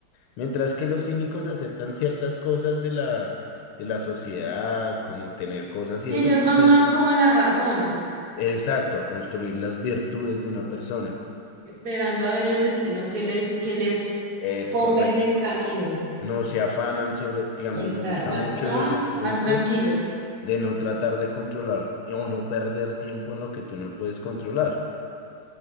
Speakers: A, on the left (about 75°); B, on the right (about 40°).
A: Mientras que los cínicos aceptan ciertas cosas de la, de la sociedad, como tener cosas y
B: y
A: eso,
B: ellos
A: siempre.
B: van más como a la razón,
A: Exacto, a construir las virtudes de una persona.
B: esperando a ver el destino que les, que les
A: Es
B: ponga
A: correcto.
B: en el camino.
A: No se afanan sobre, digamos,
B: Esa,
A: me gusta
B: van,
A: mucho
B: ah,
A: de los estoicos
B: van tranquilos.
A: de no tratar de controlar o no perder tiempo en lo que tú no puedes controlar.